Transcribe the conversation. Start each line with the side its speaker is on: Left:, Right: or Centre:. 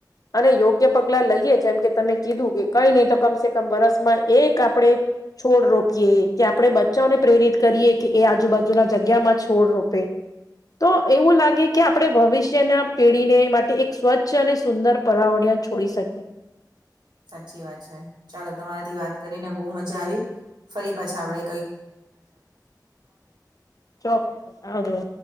Left: અને યોગ્ય પગલા લઈએ, જેમ કે તમે કીધું કે કંઈ નહી તો કમસે કમ વરસમાં એક આપણે છોડ રોપીએ, કે આપણે બચ્ચાને પ્રેરિત કરીએ કે એ આજુબાજુના જગ્યામાં છોડ રોપે, તો એવું લાગે કે આપણે ભવિષ્યના પેઢીને માટે એક સ્વચ્છ અને સુંદર પરાવર્યન છોડી શકીએ.
Right: સાચી વાત છે. ચાલો તમારાથી વાત કરીને બહુ મજા આવી. ફરી પાછા આપડે કઈક
Left: ચોક, આવજો.